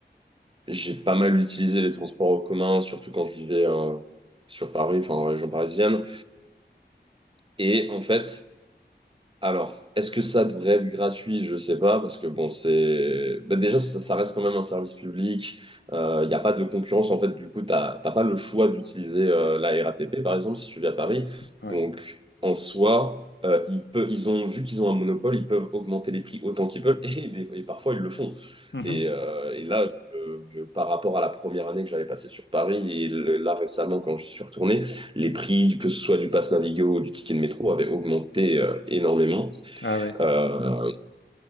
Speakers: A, on the right; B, on the left.
A: j'ai pas mal utilisé les transports en commun, surtout quand je vivais euh, sur Paris, enfin en région parisienne. Et en fait, alors, est-ce que ça devrait être gratuit? Je sais pas, parce que bon, c'est ben déjà ça, ça reste quand même un service public. Il n'y a pas de concurrence en fait. Du coup, t'as t'as pas le choix d'utiliser euh, la RATP par exemple si tu vis à Paris.
B: Ouais, ouais.
A: Donc en soi, euh, ils peuvent, ils ont vu qu'ils ont un monopole, ils peuvent augmenter les prix autant qu'ils veulent <laughs> et, des- et parfois ils le font.
B: Mhm.
A: Et, euh, et là, je- je- par rapport à la première année que j'avais passée sur Paris et le- là récemment quand je suis retourné, les prix, que ce soit du pass Navigo ou du ticket de métro, avaient augmenté euh, énormément.
B: Ah ouais,
A: Euh,